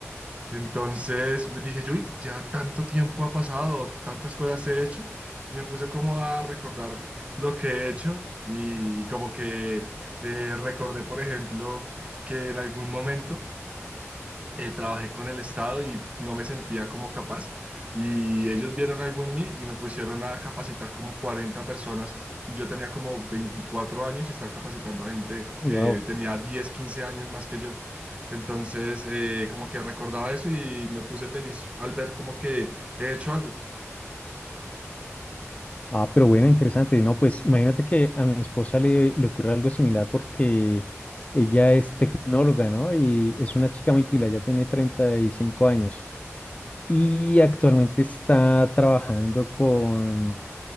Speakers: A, on the right (about 25°); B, on the left (about 30°).
A: Entonces me dije, yo "Uy, ya tanto tiempo ha pasado, tantas cosas he hecho, y me puse como a recordar lo que he hecho y como que eh, recordé, por ejemplo, que en algún momento eh, trabajé con el Estado y no me sentía como capaz. Y ellos vieron algo en mí y me pusieron a capacitar como 40 personas. Y yo tenía como 24 años y estaba capacitando a gente
B: Wow.
A: que tenía 10 15 años más que yo. Entonces, eh, como que recordaba eso y me puse feliz al ver como que he hecho algo.
B: Ah, pero bueno, interesante. No, pues imagínate que a mi esposa le, le ocurre algo similar porque ella es tecnóloga, ¿no? Y es una chica muy pila, ya tiene 35 años y actualmente está trabajando con,